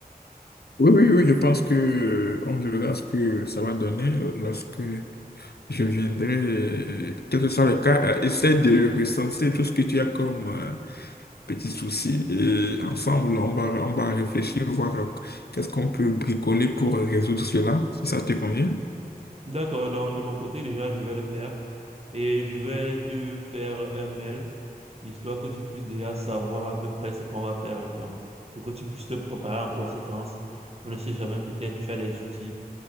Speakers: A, on the left; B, on the right.
A: Oui, oui, oui, je pense que euh, on verra ce que ça va donner euh, lorsque je viendrai. euh, Quel que soit le cas, euh, essaie de recenser tout ce que tu as comme euh, petits soucis et ensemble, on va, on va réfléchir, voir euh, qu'est-ce qu'on peut bricoler pour résoudre cela, si ça te convient.
B: D'accord, donc de mon côté, déjà, je vais le faire et je vais te faire un mail, histoire que tu puisses déjà savoir à peu près ce qu'on va faire. Donc, pour que tu puisses te préparer en conséquence, on ne sait jamais, peut-être tu as des outils